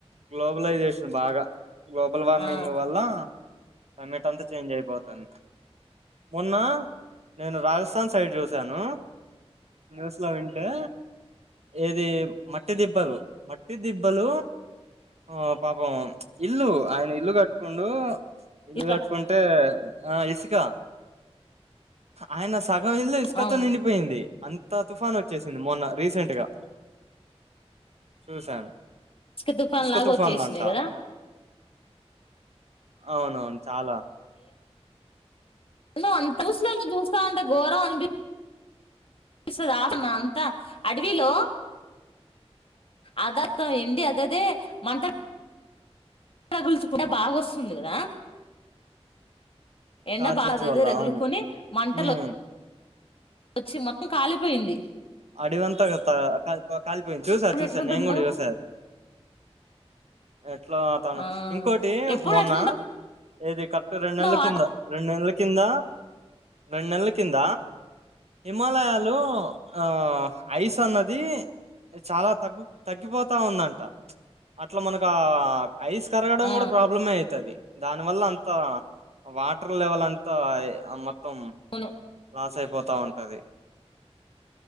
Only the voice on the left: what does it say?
ఆ
ఇక
అవును
ఇసుక తుఫాన్
లాగా
వచ్చేసినాయి కదా
నో అంతూసినోళ్ళని చూస్తా ఉంటే ఘోరం అనిపి పిస్సది ఆటనా అంతా అడవిలో ఆదత్తం ఎండి అదదే మంట రగుల్సుకునే బాగా వస్సుంది కదా ఎండ
బా
అదే
రగులుకని
మంటలు
వచ్చి మొత్తం కాలిపోయింది
ఇప్పుడు
ఎట్లుంటుందో
ఆ
ఎప్పుడు
ఎట్లుంటుందో
వాతా
ఆ
వును